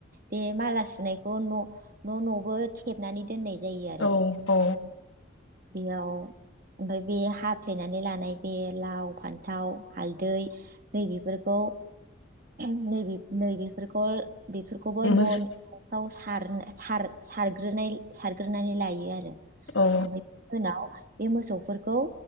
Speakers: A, on the right; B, on the left.
A: बे माला सुनायखौ न न नबो थेबनानै दोन दोननाय जायो आरो
B: औ औ
A: बेयाव ओमफ्राय बे हाफ्लेनानै लानाय बे लाव फान्थाव हालदै नै बेफोरखौ नै बेफ-फोरखौ बेफोरखौबो
B: मोसौ
A: न' न'फ्राव सारनो-सार-सारग्रोनाय-सारग्रोनानै लायो आरो
B: औ
A: ओमफ्राय उनाव बे मोसौफोरखौ